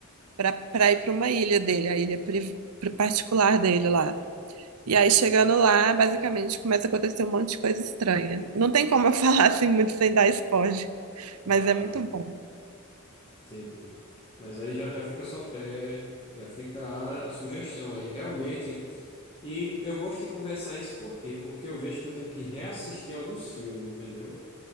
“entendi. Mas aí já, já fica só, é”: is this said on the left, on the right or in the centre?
Left